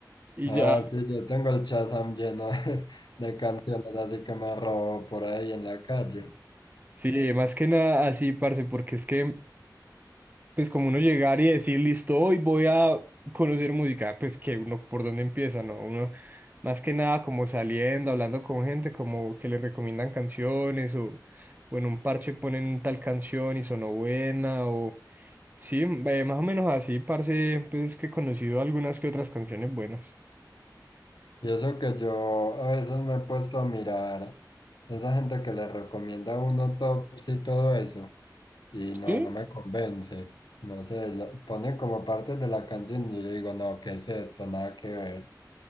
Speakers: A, on the right (about 25°); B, on the left (about 80°).
A: y
B: Ah,
A: ya,
B: sí, yo tengo el Shazam lleno <laughs> de, de canciones así que me robo por ahí en la calle.
A: sí, más que nada así, parce, porque es que pues como uno llegar y decir, listo, hoy voy a conocer música, pues que uno por dónde empieza, ¿no? Uno más que nada como saliendo, hablando con gente, como que le recomiendan canciones o, o en un parche ponen tal canción y sonó buena o sí, eh, más o menos así, parce, pues es que he conocido algunas que otras canciones buenas.
B: Y eso que yo a veces me he puesto a mirar esa gente que le recomienda a uno tops y todo eso, y no,
A: Sí,
B: no me convence. No sé, lo- ponen como partes de la canción y yo digo, no, ¿qué es esto? Nada que ver.